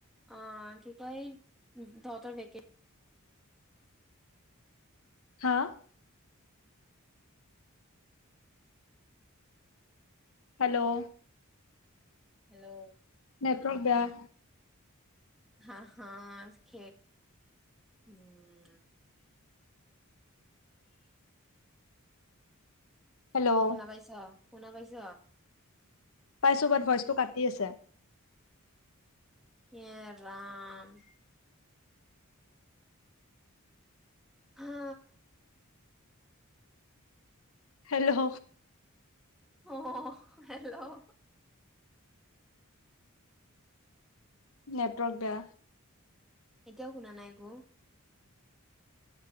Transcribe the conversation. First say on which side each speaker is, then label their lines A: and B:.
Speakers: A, in the centre; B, on the left.
A: অ' কি কয়? তহঁতৰ ভেকে
B: হা? হেল্ল'
A: হেল্ল'
B: নেটৱৰ্ক বেয়া।
A: হা- হা খেক উম।
B: হেল্ল'
A: শুনা পাইছা শুনা পাইছ?
B: পাইছোঁ বাত ভইচটো কাটি আছে
A: ইয়ে ৰাম হা।
B: হেল্ল'?
A: অ' হেল্ল'
B: নেটৱৰ্ক বেয়া
A: এতিয়াও শুনা নাই একো?